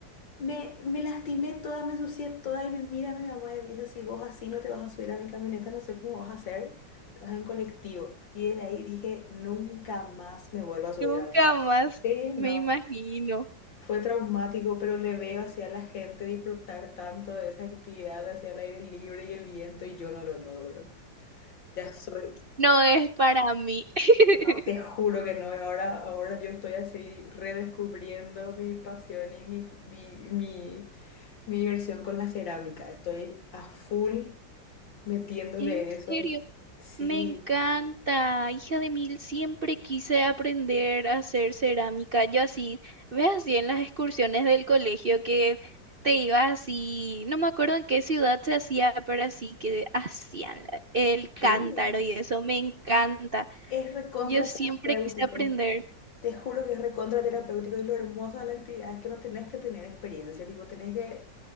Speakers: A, on the left; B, on the right.
A: Me, me lastimé toda, me ensucié toda y me mira mi mamá y me dice, si vos así no te vas a subir a mi camioneta, no sé cómo vas a hacer, te vas en colectivo. Y desde ahí dije, nunca más me vuelvo a subir
B: nunca
A: a una.
B: más
A: Sí, no.
B: me imagino.
A: Fue traumático, pero le veo hacia la gente disfrutar tanto de esa actividad, hacia el aire libre y el viento, y yo no lo logro. Ya soy.
B: No es para mí. <laughs>
A: Te juro que no, y ahora, ahora yo estoy así redescubriendo mi pasión y mi, mi, mi, mi diversión con la cerámica. Estoy a full metiéndole
B: En
A: eso.
B: serio.
A: Sí,
B: Me encanta, hija de mil, siempre quise aprender a hacer cerámica. Yo así, ve así en las excursiones del colegio que te ibas así, no me acuerdo en qué ciudad se hacía, pero así que hacían la- el cántaro
A: sí,
B: y eso, me encanta.
A: es recontra
B: Yo siempre
A: terapéutico.
B: quise aprender.
A: Te juro que es recontra terapéutico y lo hermoso de la actividad es que no tenés que tener experiencia, tipo, tenés que,